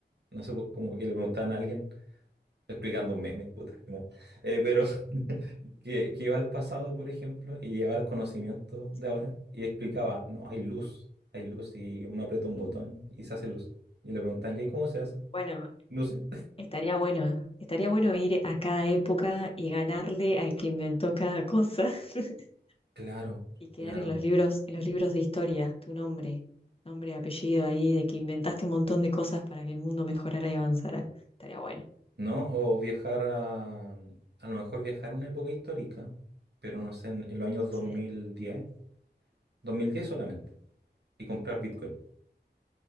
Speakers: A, on the right; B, on the left.
A: no sé, pues como que le preguntaban a alguien, explicando un meme, puta, qué mal. Eh, pero <laughs> que, que iba al pasado, por ejemplo, y llevaba el conocimiento
B: sí.
A: de ahora y explicaba, no, hay luz, hay luz y uno aprieta un
B: Mm.
A: botón y se hace luz. Y le preguntan, ¿y cómo se hace?
B: Bueno,
A: No sé. <laughs>
B: estaría bueno. Estaría bueno ir a cada época y ganarle al que inventó cada cosa <laughs>
A: Claro,
B: y quedar
A: claro.
B: en los libros, en los libros de historia, tu nombre, nombre, apellido ahí, de que inventaste un montón de cosas para que el mundo mejorara y avanzara. Estaría bueno.
A: ¿no? O viajar a, a lo mejor viajar a una época histórica, pero no sé, en, en los años 2010,
B: Sí.
A: 2010 solamente, y comprar Bitcoin.